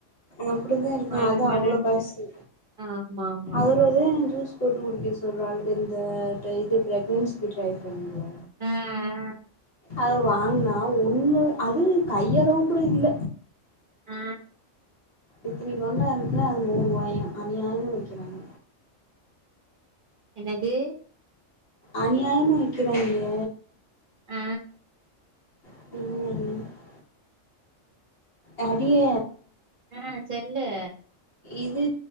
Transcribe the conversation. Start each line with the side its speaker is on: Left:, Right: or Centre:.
Left: அப்டிதா இருக்கு
Right: மழு
Left: அது
Right: மழுன்ட்டு
Left: அவ்ளோக் காசு
Right: ஆமா ஆமா
Left: அதுல ஒ இப்பதே ஜூஸ் போட்டு குடிக்க சொல்றாரு இது இந்த ட்ரே இது ப்ரெக்னன்சிக்கு ட்ரைப் பண்றோ
Right: அ அ
Left: அத வாங்னா ஒன்னு அது கையளவு கூட இல்ல
Right: ஆ
Left: இத்தினி கொண்டாருக்யா அது நூறுவாயா அநியாயமா விக்கிறாங்க
Right: என்னது
Left: அநியாமா விக்கிறாய்ங்க
Right: ஆ
Left: ம் ம் அடிய
Right: ஆ செல்லு
Left: இது